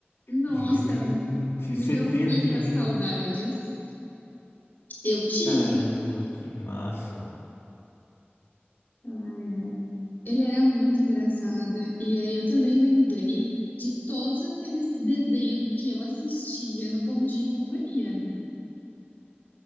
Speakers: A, on the left (about 45°); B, on the left (about 85°).
A: Nossa,
B: Gente,
A: me
B: você
A: deu
B: teve
A: muitas
B: um.
A: saudades. Eu tive.
B: Caramba, que massa.
A: Ai, ai. Ele era muito engraçado. E aí eu também lembrei de todos aqueles desenhos que eu assistia no Bom Dia e Companhia, né?